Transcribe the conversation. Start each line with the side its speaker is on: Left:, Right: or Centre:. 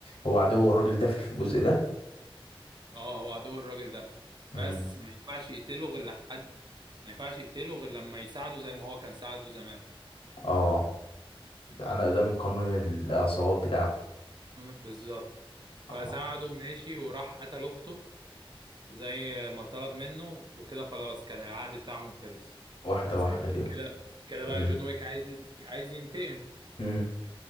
Left: هو عدو الراجل ده في الجزء ده
Right: اه هو عدو الراجل ده بس
Left: امم
Right: ما ينفعش يقتله غير لحد ما ينفعش يقتله غير لما يساعده زي ما هو كان ساعده زمان
Left: اه ده انا ده من قانون العصابات بتاعه
Right: بالظبط
Left: اه
Right: فساعده ماشي وراح قتل اخته زي ما طلب منه وكده خلاص كان العقد بتاعهم خلص
Left: واحده
Right: ساعتها
Left: واحده كده
Right: كده كده بقى
Left: امم
Right: جون ويك عايز ين- عايز ينتقم
Left: امم